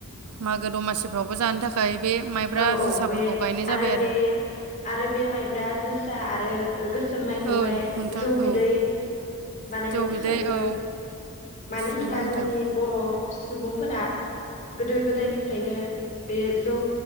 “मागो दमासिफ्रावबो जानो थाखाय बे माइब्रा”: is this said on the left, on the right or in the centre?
Right